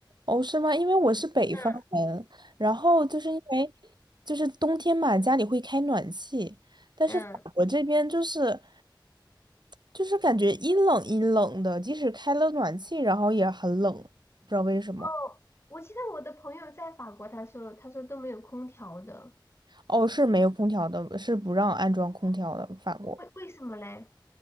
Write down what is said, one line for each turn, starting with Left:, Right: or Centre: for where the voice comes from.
Right: 哦，是吗？因为我是北方人，
Left: 嗯，
Right: 然后就是因为就是冬天嘛，家里会开暖气，但是法国这边就是
Left: 嗯，
Right: 就是感觉阴冷阴冷的，即使开了暖气，然后也很冷，不知道为什么。
Left: 哦，我记得我的朋友在法国，他说他说都没有空调的，
Right: 哦，是没有空调的，是不让安装空调的，法国。
Left: 为为什么嘞？